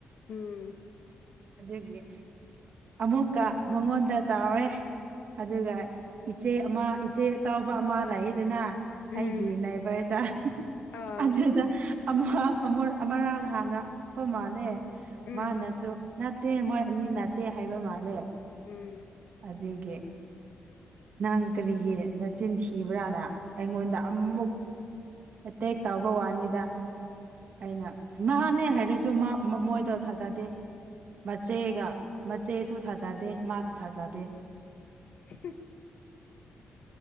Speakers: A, on the left; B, on the right.
A: ꯎꯝ
B: ꯗꯒꯤ ꯑꯃꯣꯀ ꯃꯉꯋꯥꯟꯗ ꯇꯥꯎꯋꯦ ꯑꯗꯨꯒ ꯏꯆꯦ ꯑꯃ ꯏꯆꯦ ꯑꯆꯥꯎꯕ ꯑꯃ ꯂꯥꯛꯏꯗꯅ
A: ꯎꯝ
B: ꯑꯩꯒꯤ ꯅꯥꯏꯕꯔꯁ
A: ꯑꯥ
B: ꯑꯗꯨꯗ ꯑꯃꯥꯡ ꯍꯥꯡꯅ ꯑꯄ ꯃꯥꯜꯂꯦ
A: ꯎꯝ
B: ꯃꯥꯅꯁꯨ ꯅꯠꯇꯦ ꯃꯣꯏ ꯑꯅꯤ ꯅꯅꯥꯠꯇꯦ ꯍꯥꯏꯕ ꯃꯥꯜꯂꯦ
A: ꯎꯝ ꯑ
B: ꯑꯗꯨꯒꯤ ꯅꯪ ꯀꯔꯤꯒꯤ ꯃꯆꯤꯟ ꯊꯤꯕ꯭ꯔꯥꯅ ꯑꯩꯉꯣꯟꯗ ꯑꯃꯨꯛ ꯑꯦ ꯇꯦꯛꯦꯛ ꯇꯥꯎꯕ ꯋꯥꯅꯤꯗ ꯑꯩꯅ ꯃꯥꯅꯦ ꯍꯥꯏꯔꯁꯨ ꯃꯣꯏꯗꯣ ꯊꯥꯖꯗꯦ ꯃꯆꯦꯒ ꯃꯆꯦꯁꯨ ꯊꯥꯖꯗꯦ ꯃꯥꯁꯨ ꯊꯥꯖꯗꯦ
A: <unintelligible> <inaudible>